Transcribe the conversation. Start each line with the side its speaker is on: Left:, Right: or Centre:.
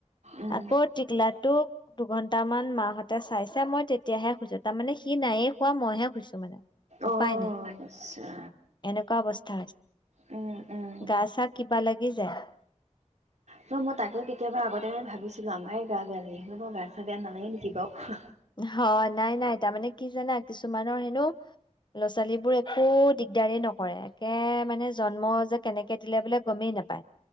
Right: উম
Left: আকৌ টিকলাটোক দুঘন্টামান মাঁহতে চাইছে মই তেতিয়াহে শুইছো। তাৰমানে সি নাইয়ে শুৱা মইহে শুইছো মানে। <unintelligible>
Right: অ' আচ্ছা
Left: এনেকুৱা বস্তু
Right: উম উম
Left: গা চা কিবা লাগি যায়
Right: ন মই তাকে কেতিয়াবা আগতে ম ভাবিছিলো আমাৰ গা বেয়া লাগে <unintelligible> গা চা বেয়া নালাগে নেকি বাৰু
Left: হয় নাই নাই তাৰমানে কি জানা কিছুমানৰ হেনো ল'ৰা ছোৱালীবোৰ একো দিগদাৰে নকৰে একে মানে জন্ম যে কেনেকে দিলে বোলে গমেই নাপায়